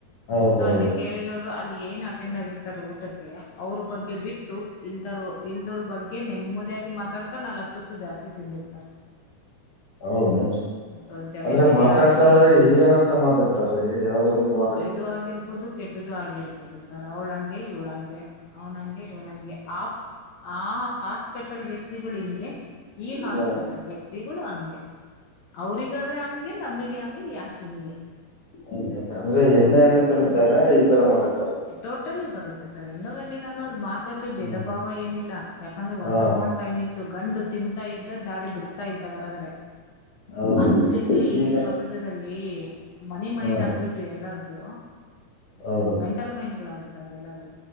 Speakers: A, on the left; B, on the left.
A: ಹೌದೌದ್ರಿ
B: ಸೊ ಅಲ್ಲಿ ಕೇಳಿರೋರು ಅಲ್ಲಿ ಏನ್ ಅಟೆಂಡ್ ಆಗಿರ್ತಾರ ಊಟಕ್ಕೆ ಅವ್ರ ಬಗ್ಗೆ ಬಿಟ್ ಇಲ್ದರು ಇಲ್ದೋರ್ ಬಗ್ಗೆ ನೆಮ್ಮದಿಯಾಗಿ ಮಾತಾಡ್ತಾ ನಾಲಕ್ ತುತ್ತು ಜಾಸ್ತಿ ತಿಂದಿರ್ತಾರೆ.
A: ಹೌದೆನ್ರಿ
B: ಸೊ ಜಡೆ
A: ಅಂದ್ರೆ
B: ಜಡೆ
A: ಮಾತಾಡ್ತಾ
B: ಆಗ್ಲಿ
A: ಅಂದ್ರೆ ಏನಂತ ಮಾತಾಡ್ತಾರೀ ಯಾವದ್ರ ಬಗ್ಗೆ ಮಾತಾಡ್ತಿರ್
B: ದು ಆಗಿರ್ಬೊದು ಕೆಟ್ಟದ್ದು ಆಗಿರ್ಬೊದು ಸರ್ ಅವಳಂಗೆ ಇವಳಂಗೆ ಅವ್ನಂಗೆ ಇವ್ನಂಗೆ ಆಪ್ ಆ ಹಾಸ್ಪಿಟಲ್ ವ್ಯಕ್ತಿಗಳು ಹಿಂಗೆ ಈ ಹಾಸ್ಪಿಟಲ್
A: ಹ್ಮ
B: ವ್ಯಕ್ತಿ ವ್ಯಕ್ತಿಗಳು ಹಂಗೆ ಅವ್ರಿಗಾದ್ರೆ ಹಂಗೆ ನಮಗ್ ಆದ್ರೆ ಯಾಕೆ ಹಿಂಗೆ
A: ಹಂಗ ಅಂದ್ರೆ ಹೆಣ್ಣು
B: ಹ್ಮ್
A: ಹೆಣ್ಣು ಕಲಿತಾಗ ಈ ತರ ಮಾತಾಡ್ತಾರೆ.
B: ಟೋಟಲಿ ಬರುತ್ತೆ ಸರ್ ಹೆಣ್ಣು ಗಂಡಿಗೆ ಅನ್ನೋದು ಮಾತ ತಲಿ ಭೇದ
A: ಹ್ಮ್
B: ಭಾವ ಏನಿಲ್ಲ ಯಾಕಂದ್ರ
A: ಹಾ
B: ಒನ್ಸ್ಅಪಾಂನ್ ಟೈಮ್ ಇತ್ತ ತ್ತುಗಂಡು ತಿಂತಾ ಇದ್ದಾ ದಾರಿ ಬಿಡ್ತಾ ಇದ್ದಾ ಹೊರಗಡೆ.
A: ಹೌದೇನ್ರಿ
B: ಅದುಬಿಟ್ಟು ಈಗಿನ
A: ಈಗ
B: ಪ್ರಪಂಚದಲ್ಲಿ ಮನಿ ಮೈಂಡ್
A: ಹಾ
B: ಆಗ್ಬಿಟ್ಟು ಎಲ್ಲಾರ್ದೂ
A: ಹೌದ್ರಿ
B: ಮೆಂಟಲ್ ಮೈಂಡುಗಳು ಆಗ್ಬಿಟ್ಟಾವೆ ಎಲ್ಲಾರೂ.